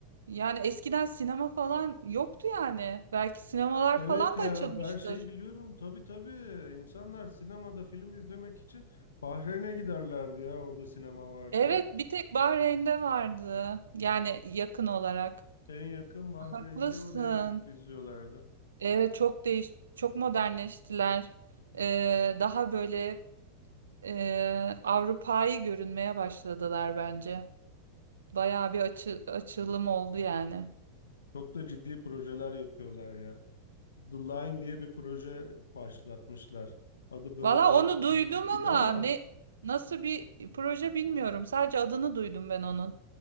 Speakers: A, on the right; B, on the left.
A: Yani eskiden sinema falan yoktu yani. Belki sinemalar
B: Evet
A: falan
B: ya
A: da açılmıştır.
B: ben şeyi biliyorum tabii tabii insanlar sinemada film izlemek için Bahreyn'e giderlerdi ya orada sinema var
A: Evet,
B: diye.
A: bir tek Bahreyn'de vardı. Yani yakın olarak.
B: En yakın Bahreyn
A: Haklısın.
B: diye oraya gidip izliyorlardı.
A: Evet çok değiş, çok modernleştiler. Ee, daha böyle e, Avrupa'yı görünmeye başladılar bence. Bayağı bir açı- açılım oldu yani.
B: Çok da ciddi projeler yapıyorlar ya. The Line diye bir proje başlatmışlar. Adı böyle
A: Valla onu
B: çizgi
A: duydum
B: gibi
A: ama
B: ama
A: ne nasıl bir proje bilmiyorum. Sadece adını duydum ben onun.